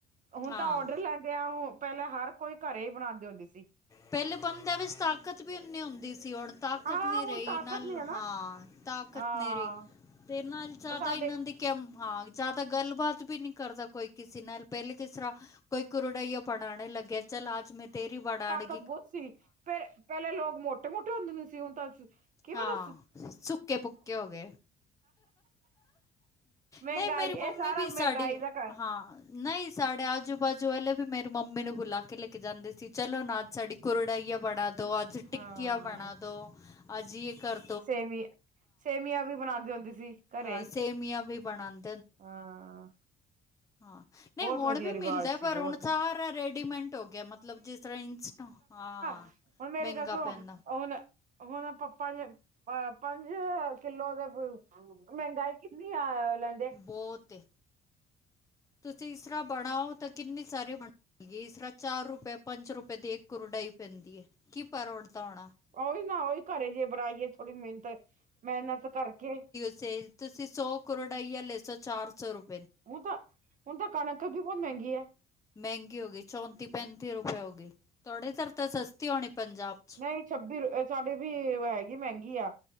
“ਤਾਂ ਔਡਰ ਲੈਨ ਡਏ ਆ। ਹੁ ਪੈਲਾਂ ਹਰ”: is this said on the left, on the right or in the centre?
Right